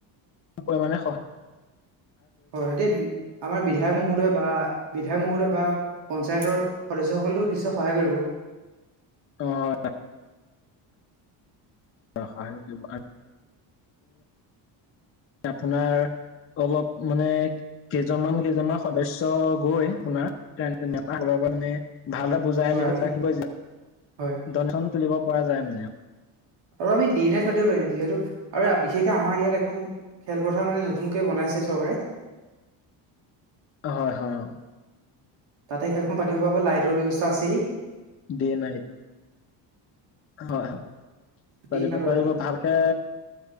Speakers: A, on the left; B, on the right.
A: পৰিমানে সহ
B: হয় এতিয়া আমাৰ বিধায়ক মহোদয় বা বিধায়ক মহোদয় বা পঞ্চায়তৰ সদস্যসকলেটো নিশ্চয় সহায় কৰিব।
A: অ হয়। অ হয় তোমাক আপোনাৰ অলপ মানে কেইজনমান কেইজনমান সদস্য গৈ আপোনাৰ নেতাসকলৰ পৰা মানে ভালদৰে বুজাই
B: হয়
A: মেলি
B: আমি
A: থাকিবই যে,
B: হয়
A: দনেচন তুলিব পৰা যায় মানে।
B: আৰু আমি ডে নাইট পাতিব পাৰিম যিহেতু আৰু বিশেষকে আমাৰ ইয়াত এখন খেলপথাৰ মানে নতুনকে বনাইছে চৰকাৰে
A: হয় হয় অ।
B: তাতে খেলখন পাতিব বাৱে লাইটৰ ব্যৱস্থা আছেই।
A: Day night. হয় হয়
B: দিন
A: পাটিব
B: আৰু ৰাতি
A: পাৰিব ভালকে।